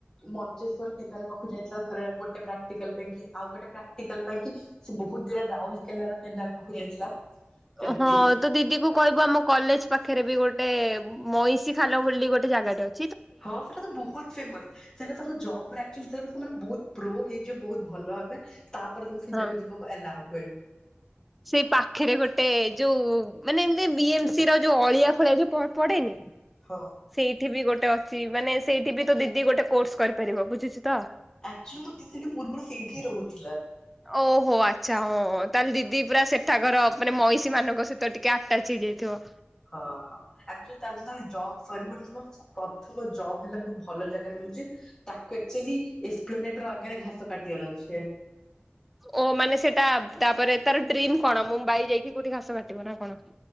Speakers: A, on the left; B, in the centre.
A: ମଞ୍ଚେଶ୍ୱର କେନାଲ ପାଖକୁ ଯାଇଥିଲା ଥରେ ଗୋଟେ ପ୍ରାକ୍ଟିକାଲ ପାଇଁ କି ଆଉ ଗୋଟେ ପ୍ରାକ୍ଟିକାଲ ପାଇଁ କି ସେ ବୋହୁତ ଦୂର ରାଉରକେଲାର କେନାଲ ପାଖକୁ ଯାଇଥିଲା। ସେମିତି
B: ହଁ ତୋ ଦିଦି ତୁ କହିବୁ ଆମ କଲେଜ ପାଖେରେ ବି ଗୋଟେ ମଇଁଷି ଖାଲ ବୋଲି ଗୋଟେ ଜାଗାଟେ ଅ
A: ହଁ ସେଟାତ ବୋହୁତ ଫେମସ ସେଇଟା ତାଙ୍କ ଜବରେ ଆକଚୋଲି ସେମାନେ ବୋହୁତ ପ୍ରୋ ହେଇଯିବେ ବୋହୁତ ଭଲ ହେବ ତାପରେ ତମେ ସେଇ
B: ହଁ।
A: ଯାଗାକୁ ଯିବ ଏଲାଉ ହୁଏ।
B: ସେଇ ପାଖେରେ ଗୋଟେ ଯୋଉ ମାନେ ଏମତି ବି ଏମ୍ ସିର ଯୋଉ ଅଳିଆ ଫଳିଆ ଯୋଉ ପ-ପଡେନି
A: ହଁ।
B: ସେଇଠି ବି ଗୋଟେ ଅଛି ମାନେ ସେଇଠି ବି ତୋ ଦିଦି ଗୋଟେ କୋର୍ସ କରିପାରିବ ବୁଝୁଚୁ ତ।
A: ଆକଚୋଲି ମୋ ଦିଦି ସେଠି ପୂର୍ବରୁ ସେଇଠି ରହୁଥିଲା।
B: ଓହୋ ଆଚ୍ଛା ହଁ ତାହେଲେ ଦିଦି ପୁରା ସେଠାକାର ମାନେ ମଇଁଷି ମାନଙ୍କ ସହିତ ଟିକେ ଆଟାଚ ହେଇଯାଇଥିବ।
A: ହଁ ହଁ ଆକ୍ଚୁଆଲି ତାର ଯେତେବେଳେ ଜବ୍ ସରିବନି ତ ପ୍ରଥମ ଜବ ହେଲା ବହୁତ ଭଲ ଜାଗାରେ ମିଳୁଛି ତାକୁ ଆକ୍ଚୁଆଲି ଏକ୍ସପ୍ଲେନେଟର ଆଗରେ ଘାସ କାଟିବାର ଅଛି
B: ଓ ମାନେ ସେଟା ତାପରେ ତାର ଡ୍ରିମ କଣ ମୁମ୍ବାଇ ଯାଇକି କୋଉଠି ଘାସ କାଟିବିନା କଣ?